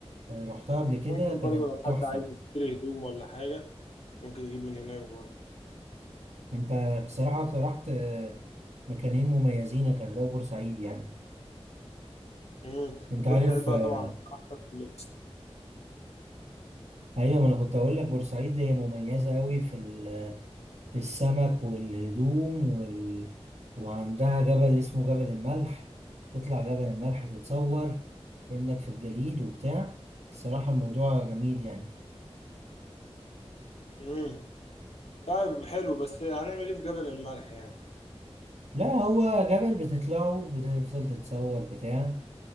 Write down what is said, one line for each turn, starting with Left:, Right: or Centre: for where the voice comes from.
Right: آه، رحتها قبل كده
Left: ممكن
Right: كانت
Left: برضه لو حد
Right: تحفة
Left: عايز يشتري هدوم ولا حاجة ممكن يجيب من هناك برضه
Right: انت بصراحة اقترحت آه، مكانين مميزين الغردقة وبورسعيد يعني
Left: امم
Right: انت
Left: بورسعيد
Right: عارف
Left: بقى
Right: آه،
Left: طبعا أحسن في اللبس.
Right: ايوه ما انا كنت اقول لك بورسعيد هي مميزة قوي في ال- في السمك والهدوم وال... وعندها جبل اسمه جبل الملح تطلع جبل الملح تتصور انك في الجليد وبتاع الصراحة الموضوع جميل يعني
Left: امم طيب حلو بس هنعمل ايه في جبل الملح يعني
Right: لا هو جبل بتطلعه بتفضل تتصور بتاع